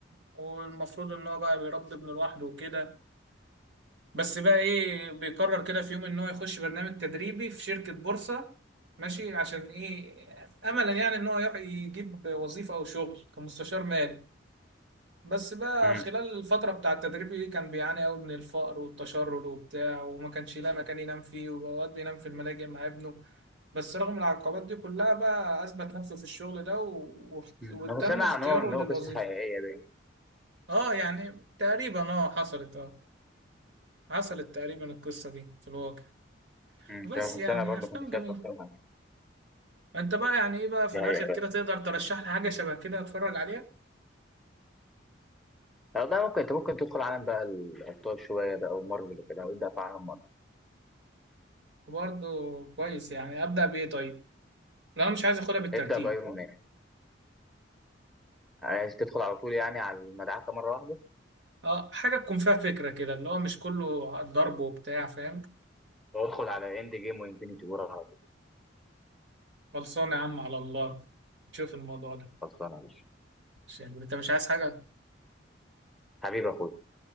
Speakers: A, on the right; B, in the centre.
A: والمفروض ان هو بقى بيربي ابنه لوحده وكده بس بقى ايه بيقرر كده في يوم ان هو يخش برنامج تدريبي في شركة بورصة ماشي عشان ايه املا يعني ان هو يح- يجيب وظيفة او شغل كمستشار مالي بس بقى
B: امم
A: خلال الفترة بتاع التدريب دي كان بيعاني قوي من الفقر والتشرد وبتاع وما كانش يلاقي مكان ينام فيه وأوقات بينام في الملاجئ مع ابنه بس رغم العقبات دي كلها بقى أثبت نفسه في الشغل ده و- واخت-
B: انا
A: وتم
B: كنت سامع
A: اختياره
B: ان هو ان
A: للوظيفة
B: هو قصه حقيقيه باين
A: اه يعني تقريبا اه حصلت اه حصلت تقريبا القصة دي في الواقع
B: مم، مش
A: بس
B: عارف كنت
A: يعني
B: سامع برضه
A: افلام
B: كنت
A: جميله
B: شايف اكتر من
A: انت بقى يعني ايه بقى في
B: دي
A: الاخر
B: حقيقة
A: كده تقدر ترشح لي حاجه شبه كده اتفرج عليها
B: والله ممكن انت ممكن تدخل عالم بقى الابطال شويه بقى ومارفل وكده وابدا في عالم مارفل
A: وبرضه كويس يعني ابدا بايه طيب لو انا مش عايز اخدها بالترتيب
B: ابدا بايرون مان عايز تدخل على طول يعني على المدعكه مره واحده
A: اه حاجه تكون فيها فكره كده اللي هو مش كله ضرب وبتاع فاهم
B: وادخل على اند جيم وانفينيتي وور على طول
A: خلصانه يا عم على الله تشوف الموضوع ده
B: خلصانه يا باشا
A: عشان انت مش عايز حاجه
B: حبيبي يا اخويا